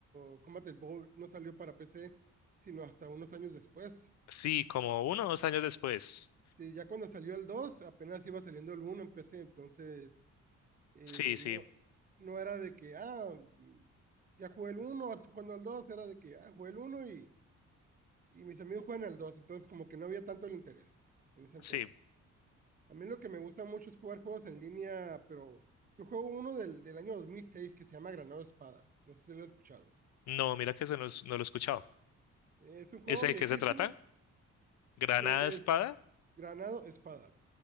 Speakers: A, on the right; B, on the left.
A: o Combat Evolved no salió para PC, sino hasta unos años después.
B: Sí, como uno o dos años después.
A: Sí, ya cuando salió el 2 apenas iba saliendo el uno en PC, entonces Eh,
B: Sí, sí,
A: no, no era de que, ah, mm, ya jugué el uno ahora estoy jugando al 2, era de que, ah, jugué el uno y, y mis amigos juegan al dos entonces como que no había tanto el interés en ese entonces.
B: sí.
A: A mí lo que me gusta mucho es jugar juegos en línea, pero yo juego uno del, del año 2006 que se llama Granado Espada, no sé si lo has escuchado.
B: No, mira que se nos- no, lo he escuchado.
A: Es un juego
B: ¿Ese de
A: viejísimo,
B: qué se trata? ¿Granada
A: pues
B: Espada?
A: Granado Espada.